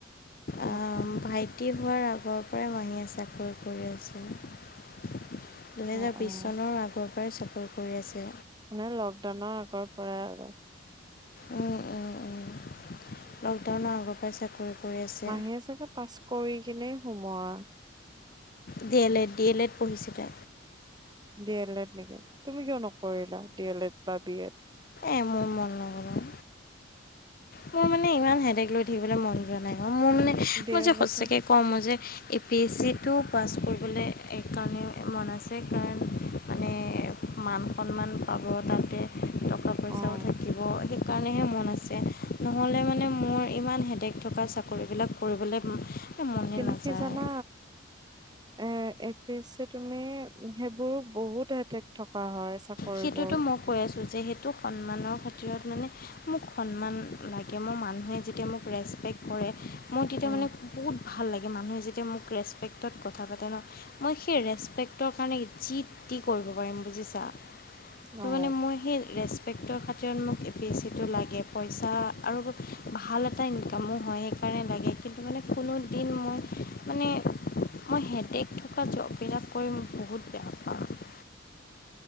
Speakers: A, on the left; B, on the right.
A: আম,
B: অ', অ',
A: ভাই ভাইটী হোৱাৰ আগৰ পৰাই মাহীয়ে চাকৰি কৰি আছে। দুহেজাৰ
B: অ',
A: বিছ
B: অ',
A: চনৰ আগৰ পৰাই চাকৰি কৰি আছে।
B: মানে লকডাউনৰ আগৰ পৰাই আৰু
A: উম, উম, উম, লকডাউনৰ আগৰ পৰাই চাকৰি কৰি আছে
B: মাহে চাগে পাছ কৰি কিনে সোমোৱা।
A: D L Ed, D L Ed পঢ়িছিলে।
B: ডি এল এড নেকি তুমি কিয় নকৰিলা ডি এল এড বা, বি এড?
A: এই মোৰ মন নগল অ', মোৰ মানে ইমান হেডেক লৈ থাকিবলৈ মন যোৱা নাই, অ, মোৰ মানে
B: ডি
A: মই যে
B: এল
A: সঁচাকে
B: এডৰ
A: ক'ম মই যে, এ পি এছিটো পাছ কৰিবলৈ এইকাৰণে মন আছে কাৰণ মানে মান সন্মান পাব তাতে টকা পইচাও
B: অ',
A: থাকিব সেইকাৰণেহে মন আছে নহ'লে মানে মোৰ ইমান হেডেক থকা চাকৰিবিলাক কৰিবলৈ মনে
B: কিন্তু
A: নাযায়
B: কি জানা? এ এ পিছে তুমি সেইবোৰ বহুত হেডেক থকা হয় চাকৰিবোৰ।
A: সেইটোতো মই কৈ আছোঁ যে সেইটো সন্মানৰ খাতিৰত মানে মোক সন্মান লাগে মোৰ মানুহে যেতিয়া মোক ৰেচপেক্ট কৰে মই তেতিয়া
B: উম,
A: মানে বহুত ভাল লাগে মানুহে যেতিয়া মোক ৰেচপেক্টত কথা পাতে ন' মই সেই ৰেচপেক্টৰ কাৰণে যিটি কৰিব পাৰিম বুজিছা। ত'
B: অ'।
A: মানে মই সেই ৰেচপেক্টৰ খাতিৰত মোক এ পি এছিটো লাগে পইচা আৰু ভাল এটা ইনকামো হয়, সেইকাৰণে লাগে কিন্তু মানে কোনোদিন মই মানে মই হেডেক থকা জববিলাক কৰি মই বহুত বেয়া পাওঁ।